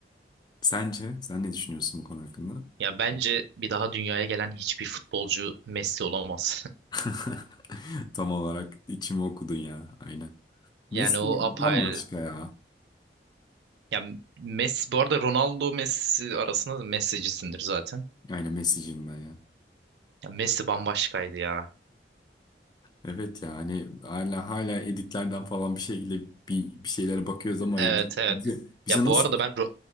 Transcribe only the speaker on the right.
Ya bence bir daha dünyaya gelen hiçbir futbolcu Messi olamaz. <laughs>
Yani
o apayrı.
Ya Messi bu arada Ronaldo Messi arasında da Messi'cisindir zaten.
Ya Messi bambaşkaydı ya.
Evet evet.
Ya
bu arada ben Ro-